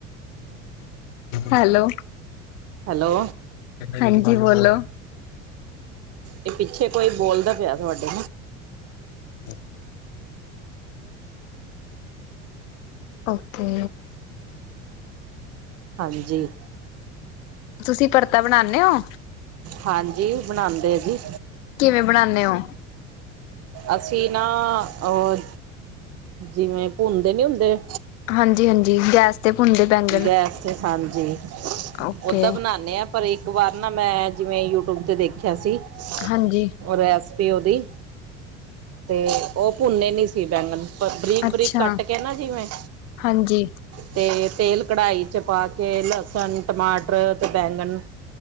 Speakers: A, on the left (about 70°); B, on the right (about 40°).
A: ਹੈਲੋ,
B: ਹੈਲੋ
A: ਹਾਂਜੀ ਬੋਲੋ,
B: ਇਹ ਪਿੱਛੇ ਕੋਈ ਬੋਲਦਾ ਪਿਆ ਤੁਹਾਡੇ,
A: <inaudible> ਓਕੇ।
B: ਹਾਂਜੀ।
A: ਤੁਸੀਂ ਪਰਤਾ ਬਣਾਨੇ ਹੋ?
B: ਹਾਂਜੀ, ਬਣਾਉਂਦੇ ਸੀ।
A: ਕਿਵੇਂ ਬਣਾਨੇ ਹੋ?
B: ਅਸੀਂ ਨਾ ਉਹ, ਜਿਵੇਂ ਭੁੰਨਦੇ ਨੀ ਹੁੰਦੇ,
A: ਹਾਂਜੀ-ਹਾਂਜੀ, ਗੈਸ ਤੇ ਭੁੰਨਦੇ ਬੈਂਗਣ
B: ਗੈਸ ਤੇ ਹਾਂਜੀ
A: ਓਕੇ
B: ਓਦਾ ਬਣਾਦੇ ਹਾਂ। ਪਰ ਇੱਕ ਵਾਰ ਨਾ ਮੈਂ ਜਿਵੇਂ ਯੂਟਿਊਬ ਤੇ ਦੇਖਿਆ ਸੀ,
A: ਹਾਂਜੀ।
B: ਉਹ ਰੈਸਪੀ ਉਹਦੀ, ਤੇ ਉਹ ਭੁੰਨੇ ਨਹੀਂ ਸੀ ਬੈਂਗਣ, ਪਰ ਬਰੀਕ
A: ਅੱਛਾ
B: ਬਰੀਕ ਕੱਟ ਕੇ ਨਾ ਜਿਵੇਂ,
A: ਹਾਂਜੀ
B: ਤੇ ਤੇਲ ਕੜਾਹੀ ਚ ਪਾ ਕੇ ਲਸਣ ਟਮਾਟਰ ਤੇ ਬੈਂਗਣ,